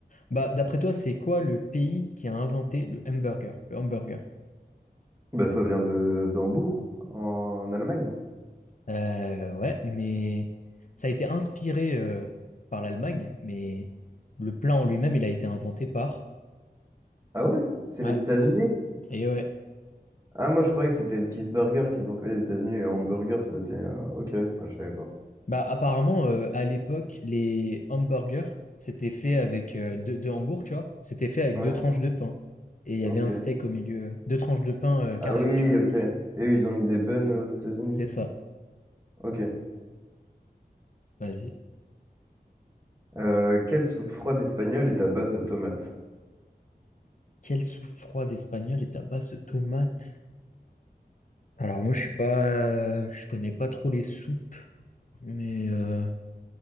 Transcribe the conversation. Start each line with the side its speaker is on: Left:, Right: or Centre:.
Left: Bah, d'après toi, c'est quoi le pays qui a inventé le hamburger, le hamburger?
Right: Bah, ça vient de d'Hambourg, en Allemagne.
Left: Euh, ouais, mais ça a été inspiré euh, par l'Allemagne, mais le plat en lui-même, il a été inventé par...
Right: Ah ouais? C'est
Left: Ouais,
Right: les États-Unis?
Left: et ouais.
Right: Ah, moi, je croyais que c'était le cheeseburger qu'ils ont fait les États-Unis. Et hamburger, c'était. euh, Ok, moi, je savais pas.
Left: Bah, apparemment, euh, à l'époque, les hamburgers, c'était fait avec euh, deux, deux hambourgs, tu vois. C'était fait avec
Right: Ouais,
Left: deux tranches de pain. Et il y
Right: ok.
Left: avait un steak au milieu. euh, deux tranches de pain euh, carré,
Right: Ah oui,
Left: tu vois.
Right: ok. Et eux, ils ont mis des buns euh, aux États-Unis.
Left: C'est ça.
Right: Ok.
Left: Vas-y.
Right: Euh, quelle soupe froide espagnole est à base de tomates?
Left: Quelle soupe froide espagnole est à base de tomates? Alors moi, je suis pas, je connais pas trop les soupes, mais euh,